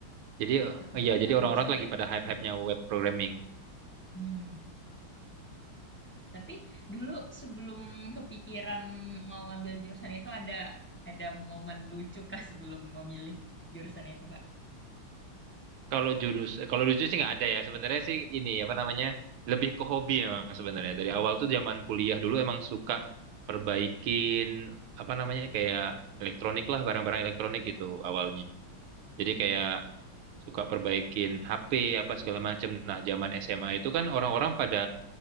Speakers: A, on the right; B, on the left.
A: Jadi
B: cakupannya
A: ya jadi
B: luas
A: orang-orang
B: juga
A: tuh lagi
B: ya
A: pada
B: Kak
A: hype-hypenya web programming.
B: Hmm. Tapi dulu sebelum kepikiran mau ngambil jurusan itu ada ada momen lucu kah sebelum memilih jurusan itu Kak?
A: Kalau jurus, eh, kalau lucu sih nggak ada ya. Sebenarnya sih ini apa namanya lebih ke hobi memang sebenarnya. Dari awal tuh zaman kuliah dulu emang suka perbaikin apa namanya kayak elektronik lah, barang-barang elektronik gitu awalnya. Jadi kayak suka perbaikin HP apa segala macam Nah, zaman SMA
B: Keren
A: itu
B: Banget
A: kan orang-orang
B: Kak.
A: pada